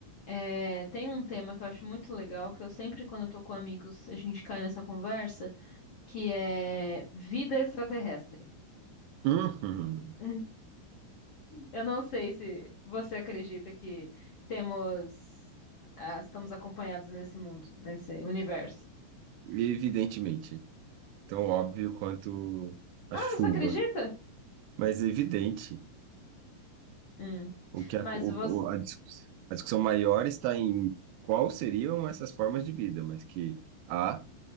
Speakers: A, on the left (about 80°); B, on the right (about 80°).
A: É, tem um tema que eu acho muito legal, que eu sempre, quando eu tô com amigos, a gente cai nessa conversa, que é vida extraterrestre.
B: Uhum.
A: <laughs> Eu não sei se você acredita que temos, ah, estamos acompanhados nesse mundo, nesse universo.
B: Evidentemente, tão óbvio quanto a
A: Ah,
B: chuva,
A: você acredita?
B: mas evidente
A: Hum,
B: o que a,
A: mas
B: o-
A: você,
B: o- a discuss- a discussão maior está em qual seriam essas formas de vida, mas que há